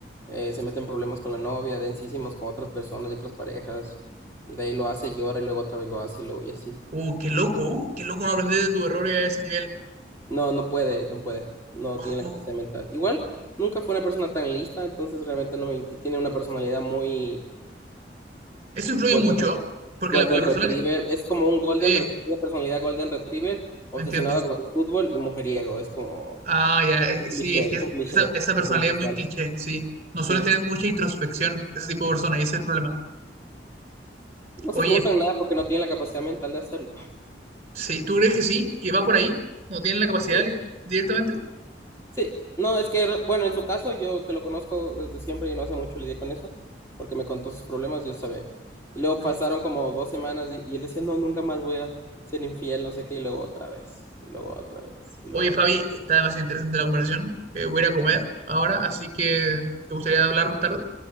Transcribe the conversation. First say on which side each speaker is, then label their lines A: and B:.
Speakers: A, on the left; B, on the right.
A: eh, se mete en problemas con la novia, densísimos con otras personas y otras parejas. Y de ahí lo hace, llora y luego otra vez lo hace y luego y así.
B: oh, qué loco, qué loco no aprender de tus errores a ese nivel.
A: No, no puede, no puede. No
B: Ojo.
A: tiene la capacidad mental. Igual, nunca fue una persona tan lista, entonces realmente no me... Y tiene una personalidad muy
B: eso influye
A: golden,
B: mucho,
A: re-
B: porque
A: golden
B: la, la persona
A: retriever.
B: que...
A: Es como un golden,
B: Sí,
A: ret- una personalidad golden retriever obsesionado
B: entiendo.
A: con el fútbol y mujeriego. Es como
B: Ah, ya, eh,
A: un
B: sí,
A: cliché,
B: es que
A: es un cliché
B: esa, esa personalidad
A: heterosexual.
B: es muy cliché, sí. No
A: Sí,
B: suelen tener mucha introspección ese tipo de personas y ese es el problema.
A: no
B: Oye,
A: se preguntan nada porque no tienen la capacidad mental de hacerlo.
B: sí, ¿tú crees que sí? ¿Que va por ahí? ¿No tienen la capacidad
A: Sí,
B: li- directamente?
A: sí, no, es que, bueno, en su caso, yo que lo conozco desde siempre y no hace mucho lidié con eso, porque me contó sus problemas, yo sabía. Y luego
B: Mm.
A: pasaron como dos semanas y, y él decía, no, nunca más voy a ser infiel, no sé qué, y luego otra vez, y luego otra vez, y
B: Oye,
A: luego
B: Fabi,
A: otra vez.
B: está demasiado interesante la conversación. Eh, voy a ir a comer ahora, así que ¿te gustaría hablar más tarde?